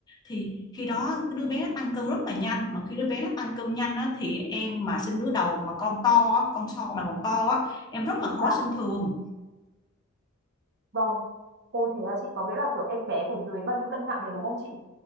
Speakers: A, on the left; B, on the right.
A: Thì khi đó cái đứa bé nó tăng cân rất là nhanh mà khi đứa bé nó tăng cân nhanh á, thì em mà sinh đứa đầu mà con to á, con so mà còn to á, em rất là khó
B: Dạ
A: sinh thường
B: vâng. Ôi thế là chị có nghĩa là kiểu em bé phải dưới bao nhiêu cân nặng đấy đúng không chị?